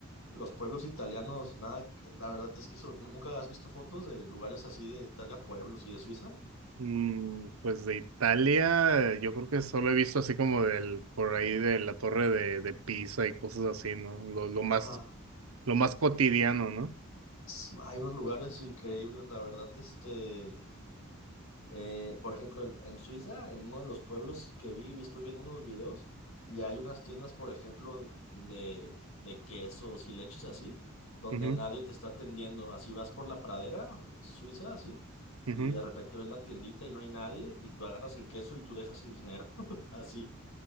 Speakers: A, on the left; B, on the right.
A: los pueblos italianos, nada, la verdad es que eso, ¿no, ¿nunca has visto fotos de lugares así de Italia, pueblos y de Suiza?
B: mm, pues de Italia, yo creo que solo he visto así como del, por ahí de la torre de, de Pisa y cosas así, ¿no? Lo, lo más,
A: Ajá.
B: lo más cotidiano, no
A: S- Hay unos lugares increíbles, la verdad, este, Eh, por ejemplo, en, en Suiza, en uno de los pueblos que vi, estuve viendo unos videos y hay unas tiendas, por ejemplo, de, de quesos y leches así, donde
B: Ujú,
A: nadie te está atendiendo. Así vas por la pradera suiza, así, y
B: ujú.
A: de repente ves la tiendita y no hay nadie y tú agarras el queso y tú dejas el dinero. <laughs> Así,